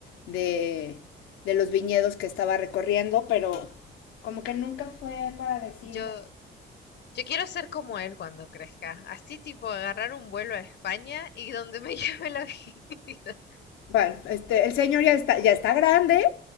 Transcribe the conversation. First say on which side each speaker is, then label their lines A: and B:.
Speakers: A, on the left; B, on the left.
A: de, de los viñedos que estaba recorriendo, pero como que nunca fue para decirme.
B: Yo, yo quiero ser como él cuando crezca. Así tipo agarrar un vuelo a España y donde me <laughs> lleve la vida.
A: Bueno, este, el señor ya está, ya está grande,